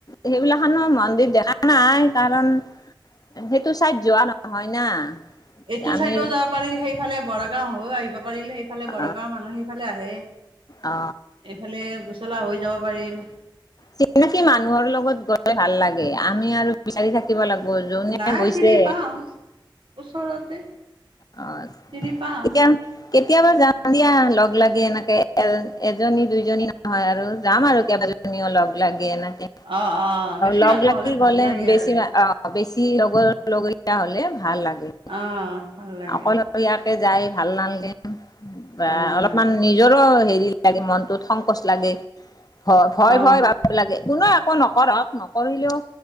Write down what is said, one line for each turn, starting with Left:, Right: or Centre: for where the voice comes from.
Left: সেইবিলাক ৰ মন্দিৰ দেখা নাই। কাৰণ সেইটো চাইড যোৱা নহয় না।
Right: এইটো
Left: আমি
Right: চাইডো যাব পাৰিল। সেইফালে বৰগাঁও হৈও আহিব পাৰিলে সেইফালে
Left: অ
Right: বৰগাঁৱৰ মানুহে সেইফালে আহে।
Left: অ
Right: এইফালে হৈ যাব পাৰিল।
Left: চিনাকি মানুহৰ লগত গৈ ভাল লাগে। আমি আৰু বিচাৰি থাকি থাকিব লাগব যুনে
Right: নাই
Left: গৈছে।
Right: চিৰি পাওঁ ওচৰতে
Left: অ
Right: চিনি পাম
Left: এয়া কেতিয়াবা যাম দিয়া লগ লাগি এনেকে। এজনী দুইজনী নহয় আৰু যাম আৰু কেইবাজনী। লাগে, লাগে।
Right: অ অ বেছি
Left: লগ
Right: মানুহ
Left: লাগি
Right: হলে ভাল
Left: গ'লে
Right: লাগে
Left: বেছি
Right: আৰু
Left: অ বেছি বেছি লগৰ লগৰীয়া হলে ভাল লাগে।
Right: অ ভাল লাগে
Left: অকলৰীয়াকে যাই ভাল নালগে বা
Right: ভাল নালাগে
Left: অলপমান নিজৰো হেৰি লাগে মনটোত সংকোচ লাগে। ভ ভয়
Right: অ
Left: ভয় ভাব লাগে। কোনো নকৰক নকৰিলেও